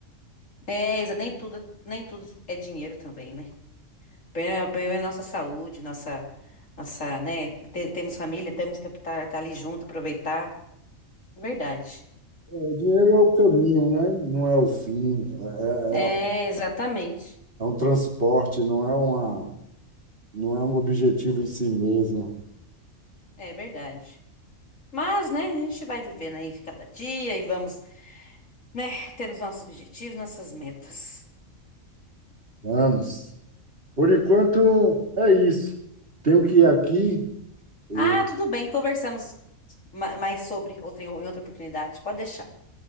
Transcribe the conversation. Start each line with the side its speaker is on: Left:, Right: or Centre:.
Left: É, Isa, nem tudo, nem tudo é dinheiro também, né? Primeiro, primeiro nossa saúde, nossa, nossa, né? te- Temos família, temos que estar ali junto, aproveitar. Verdade.
Right: É, o dinheiro é o caminho, né? Não é o fim. É,
Left: É,
Right: é, é
Left: exatamente.
Right: é um transporte, não é uma, não é um objetivo em si mesmo.
Left: É verdade. Mas, né, a gente vai vivendo aí cada dia e vamos, né, tendo os nossos objetivos, nossas metas.
Right: Vamos. Por enquanto, é isso. Tenho que ir aqui. E,
Left: Ah, tudo bem, conversamos ma- mais sobre outra, em outra oportunidade. Pode deixar.